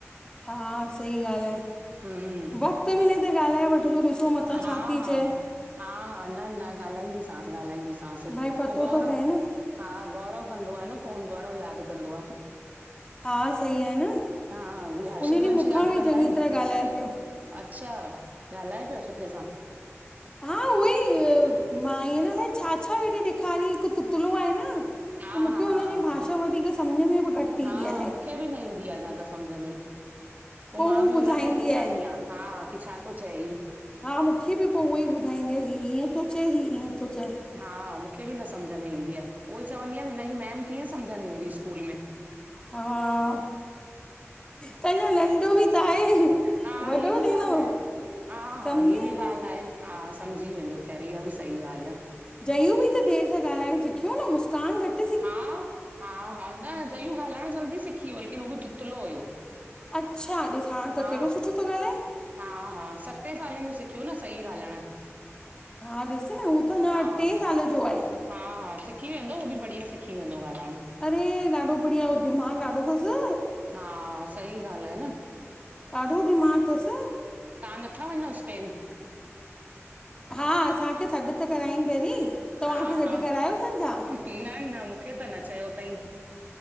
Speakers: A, on the left; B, on the right.
A: हा, सही ॻाल्ह आए।
B: हूं
A: वक़्त मिले त ॻाल्हाए वठ ॾिसो मतां
B: हा
A: छा थी
B: हा,
A: चए
B: हा हा, न न, ॻाल्हाईंदीसांस, ॻाल्हाईंदीस
A: भई पतो
B: पो गौरव
A: त पए न
B: हा, गौरव कंदो आए न फोन, गौरव याद कंदो आ।
A: हा, सही आहे न।
B: हा, जींएं हर्षित,
A: उन ॾींहुं
B: वंश
A: मूंखां
B: याद
A: बि
B: कंदा
A: चङी
B: एन।
A: तरह ॻाल्हाए पियो
B: अच्छा, ॻाल्हाए प्यो सुठे सां‌।
A: हा, उअई मांईअ न, अलाइ छा छा वेठे ॾेखारयंई हिक तुतलो आए न
B: हा
A: त मुखे
B: हा
A: हुनजी
B: हा
A: भाषा, वधीक सम्झ में बि घट ईंदी
B: हा
A: आहे।
B: मूंखे बि न ईंदी आ जादा सम्झ में, पो
A: पोइ
B: मां
A: हू
B: बि हुन
A: ॿुधाईंदी
B: खांई पुछंदी
A: आहे
B: आं। हा, की छाथो चै ही?
A: हा मुखे बि पो उअई ॿुधाईंदीआ, ही हीअं थो चै ही ईंअं थो चै।
B: हा, मूंखे बि न सम्झ में ईंदी आ, उहोई चवंदी आं, हिनजी मैम कीअं सम्झंदी हूंदी स्कूल में?
A: हा, त अञा नंढ़ो बि त आहे
B: हा,
A: वॾो
B: ही बि
A: थींदो
B: ॻाल्ह आहे, हा
A: सम्झी
B: हा, ही बि
A: वेंदो
B: ॻाल्ह आहे। हा, सम्झी वेंदो, ख़ैर इहा बि सही ॻाल्ह आ।
A: जयू बि त देर सां ॻाल्हाइण सिख्यो न, मुस्कान झट
B: हा, हा हा, न जयू ॻाल्हाइण जल्दी सिखी व्यो हो, लेकिन उहो बि तुतलो हुयो।
A: अच्छा, ॾेिस हांण त
B: हा
A: केॾो सुठो तो ॻाल्हाए।
B: हा हा, सतें सालें में सिखयो न, सही ॻाल्हाइण।
A: हा, ॾिस न, हू त अञा
B: हा
A: टे साल जो आहे।
B: हा हा, सिखी वेंदो, हू बि बढ़िया सिखी वेंदो ॻाल्हाइण।
A: अरे! ॾाढो बढ़िया, हो दिमाग़ु ॾाढो थसि।
B: हा, सही ॻाल्ह आए न।
A: डाढो दिमाग थस।
B: तां नथा वञो स्पेन?
A: हा, असांखे सॾ त कराईंन पैरीं, तव्हांखे
B: हा
A: सॾ
B: हा
A: करायो थन छा?
B: न न, मूंखे त न चयो तई।